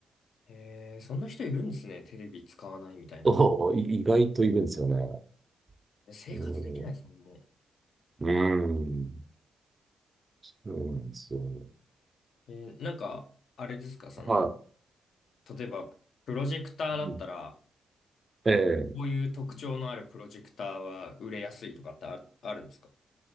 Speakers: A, on the left (about 70°); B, on the right (about 35°).
A: えー、そんな人いるんですね。テレビ使わないみたいな。
B: そうい意外といるんですよね。
A: 生活できないですもん、
B: うん。
A: もう。
B: うん。そうなんですよ。
A: えー、なんか、あれですか、その、
B: は
A: 例えば、プロジェクターだったら、
B: い。うんええ
A: こういう特徴のあるプロジェクターは売れやすいとかってあ、あるんですか